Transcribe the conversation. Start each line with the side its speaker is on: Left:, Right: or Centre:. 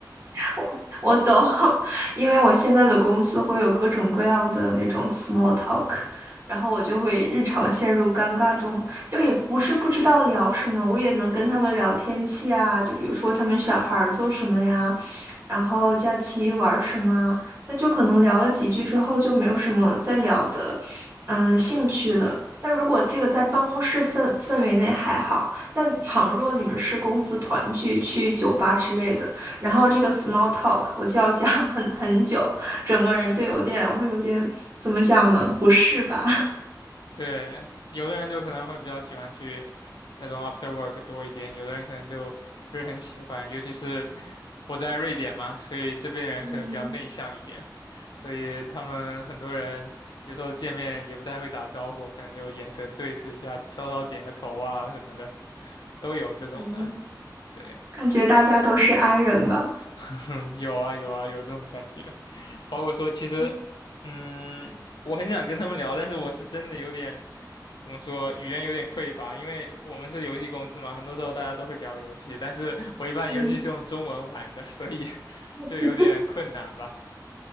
Right: 我我懂，<laughs> 因为我现在的公司会有各种各样的那种 small talk，然后我就会日常陷入尴尬中，就也不是不知道聊什么，我也能跟他们聊天气啊，就比如说他们小孩儿做什么呀，然后假期玩儿什么啊那就可能聊了几句之后就没有什么再聊的，嗯，兴趣了。但如果这个在办公室氛氛围内还好，但倘若你们是公司团聚，去酒吧之类的。然后这个 small talk 我就要讲很很久，整个人就有点会有点怎么讲呢？不适吧？
Left: 对，有的人就可能会比较喜欢去那种 after work 多一点，有的人可能就不是很喜欢，尤其是我在瑞典嘛，所以这边人可能比较内向一点，
Right: 嗯
Left: 所以他们很多人有时候见面也不太会打招呼，可能就眼神对视一下，稍稍点个头啊什么的，都有这种的。
Right: 嗯，
Left: 对，
Right: 感觉大家都是 i 人吧？
Left: <laughs> 嗯，有啊有啊有这种感觉，包括说其实，
Right: 嗯。
Left: 嗯，我很想跟他们聊，但是我是真的有点。怎么说，语言有点匮乏，因为我们是游戏公司嘛，很多时候大家都会聊游戏，但是我一般游戏是用中文玩的，
Right: 嗯
Left: 所以 <laughs>
Right: <laughs>
Left: 就有点困难吧。